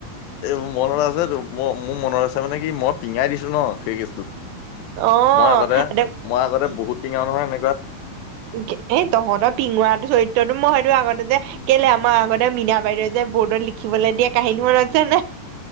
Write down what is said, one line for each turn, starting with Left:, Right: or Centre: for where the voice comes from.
Left: এই মনত আছে টো, ম মোৰ মনত আছে মানে কি, মই পিঙাই দিছো ন, সেই কেছ্টোত।
Right: অ
Left: মই আগতে,
Right: উম
Left: মই আগতে বহুত টিঙাও নহয় এনেকুৱাত।
Right: এ, তহঁতৰ পিঙোৱাটো চৰিত্ৰটো মই সেইটো আগতে যে কেলে, আমাৰ আগতে মীনা বাইদেউ যে, বৰ্ডত লিখিবলৈ দিয়ে কাহিনী মনত আছে নে নাই?